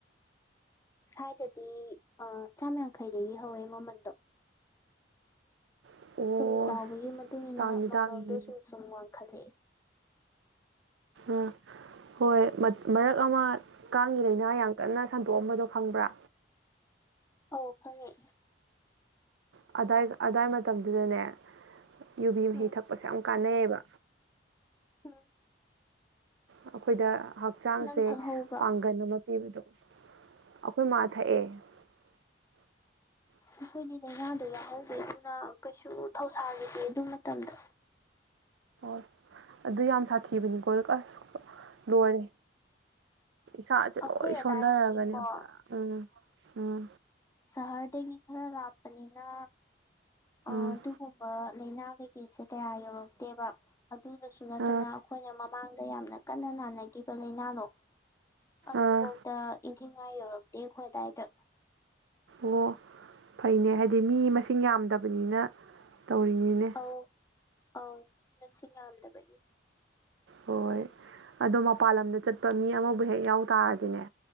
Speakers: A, on the left; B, on the right.
A: ꯁ꯭ꯋꯥꯏꯗꯗꯤ ꯑ ꯆꯥꯝ ꯌꯥꯡꯈꯩꯗꯒꯤ ꯍꯧꯋꯦ ꯃꯃꯟꯗꯣ
B: ꯑꯣ
A: ꯁꯨꯝ ꯆꯥꯎꯕꯒꯤ ꯃꯇꯨꯡ ꯏ ꯃꯇꯨꯡꯏꯟꯅ
B: ꯇꯥꯡꯗꯤ
A: ꯃꯃꯜꯗꯣ
B: ꯇꯥꯡꯉꯤ
A: ꯁꯨꯝ ꯁꯨꯝ ꯋꯥꯡꯈꯠꯂꯛꯑꯦ
B: ꯑꯥ ꯍꯣꯏ ꯃꯔꯛ ꯑꯃ ꯀꯥꯡꯒꯤ ꯂꯥꯏꯅꯥ ꯌꯥꯝ ꯀꯟꯅ ꯁꯟꯗꯣꯛꯑꯝꯕꯗꯣ ꯈꯪꯕ꯭ꯔꯥ
A: ꯑꯧ ꯈꯪꯉꯦ
B: ꯑꯗꯥꯏ ꯑꯗꯥꯏ ꯃꯇꯝꯗꯨꯗꯅꯦ ꯌꯨꯕꯤ ꯃꯍꯤ
A: ꯎꯝ
B: ꯊꯛꯄꯁꯦ ꯌꯥꯝ ꯀꯥꯟꯅꯩꯑꯕ
A: ꯎꯝ
B: ꯑꯩꯈꯣꯏꯗ ꯍꯛꯆꯥꯡꯁꯦ
A: ꯅꯪ ꯊꯛꯍꯧꯕ꯭ꯔꯣ
B: ꯄꯥꯡꯒꯟ ꯑꯃ ꯄꯤꯕꯗꯣ ꯑꯩꯈꯣꯏ ꯃꯥ ꯊꯛꯑꯦ <unintelligible>
A: ꯑꯩꯈꯣꯏꯗꯤ ꯂꯥꯏꯅꯥꯗꯣ ꯌꯥꯎꯍꯧꯗꯦ ꯑꯗꯨꯅ ꯀꯩꯁꯨ ꯊꯧꯁꯥꯈꯤꯗꯦ ꯑꯗꯨ ꯃꯇꯝꯗꯣ
B: ꯑꯣ ꯑꯗꯨ ꯌꯥꯝ ꯁꯥꯊꯤꯕꯅꯤ ꯍꯣꯏ ꯑꯁ ꯂꯣꯏꯔꯦ ꯏꯁꯥꯁꯦ
A: ꯑꯩꯈꯣꯏ
B: ꯂꯣꯏ ꯁꯣꯟꯊꯔꯒꯅꯦ
A: ꯑꯗꯥꯏꯗꯤꯀꯣ
B: ꯄꯨꯔꯥ ꯎꯝ ꯎꯝ
A: ꯁꯍꯔꯗꯒꯤ ꯈꯔ ꯂꯥꯞꯄꯅꯤꯅ ꯑ
B: ꯎꯝ
A: ꯑꯗꯨꯒꯨꯝꯕ ꯂꯥꯏꯅꯥ ꯀꯩꯀꯩꯁꯦ ꯀꯌꯥ ꯌꯧꯔꯛꯇꯦꯕ ꯑꯗꯨꯗꯁꯨ ꯅꯠꯇꯅ
B: ꯑꯥ
A: ꯑꯩꯈꯣꯏꯅ ꯃꯃꯥꯡꯗ ꯌꯥꯝꯅ ꯀꯟꯅ ꯅꯥꯅꯈꯤꯕ ꯂꯥꯏꯅꯥꯗꯣ ꯑꯗꯨꯐꯧꯗ
B: ꯑꯥ
A: ꯏꯟꯊꯤ ꯅꯨꯡꯉꯥꯏ ꯌꯧꯔꯛꯇꯦ ꯑꯩꯈꯣꯏ ꯑꯗꯥꯏꯗ
B: ꯑꯣ ꯐꯩꯅꯦ ꯍꯥꯏꯗꯤ ꯃꯤ ꯃꯁꯤꯡ ꯌꯥꯝꯗꯕꯅꯤꯅ ꯇꯧꯔꯤꯅꯤꯅꯦ
A: ꯑꯥꯎ ꯑꯥꯎ ꯃꯁꯤꯡ ꯌꯥꯝꯗꯕꯒꯤ
B: ꯍꯣꯏ ꯑꯗꯣ ꯃꯄꯜ ꯂꯝꯗ ꯆꯠꯄ ꯃꯤ ꯑꯃꯕꯨ ꯍꯦꯛ ꯌꯥꯎ ꯇꯥꯔꯗꯤꯅꯦ